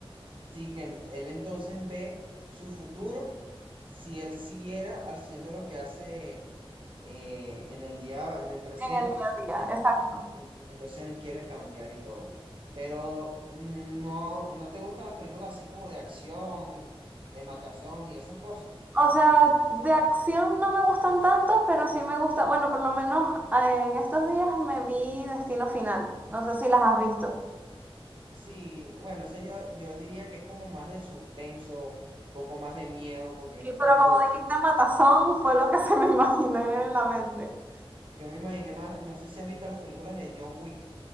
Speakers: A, on the right; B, on the right.
A: Sí, que él, él entonces ve su futuro si él siguiera haciendo lo que hace eh, en el día, en el presente,
B: en el día a día,
A: ent-
B: exacto.
A: en- entonces él quiere cambiar y todo. Pero mm, no, no te gustan las películas así como de acción, de matazón y esas cosas.
B: O sea, de acción no me gustan tanto, pero sí me gusta, bueno, por lo menos eh, en estos días me vi Destino Final, no sé si las has visto.
A: Sí, bueno, ese yo, yo diría que es como más de suspenso, poco más de miedo, porque
B: Sí,
A: es
B: pero
A: tipo,
B: como dijiste, Matazón fue lo que se me <laughs> imaginé en la mente.
A: yo me imaginé más, no sé si has visto las películas de John Wick.